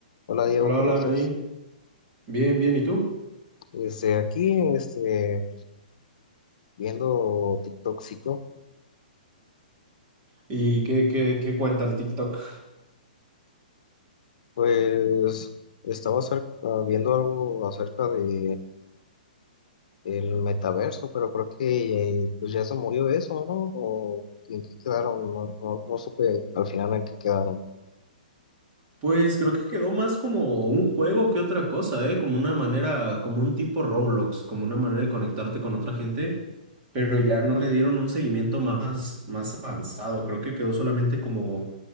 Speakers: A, on the left; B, on the right.
A: Hola Diego,
B: Hola,
A: ¿cómo
B: hola
A: estás?
B: Nadine. Bien, bien, ¿y tú?
A: Este, aquí, este, viendo TikTokcito,
B: ¿Y qué, qué, qué cuenta el TikTok?
A: pues estaba acer- ah, viendo algo acerca de el metaverso, pero creo que eh, pues ya se murió eso, ¿no? ¿O en qué quedaron? No, no, no supe al final en qué quedaron.
B: Pues creo que quedó más como un juego que otra cosa, ¿eh? Como una manera, como un tipo Roblox, como una manera de conectarte con otra gente, pero ya no le dieron un seguimiento más, más avanzado. Creo que quedó solamente como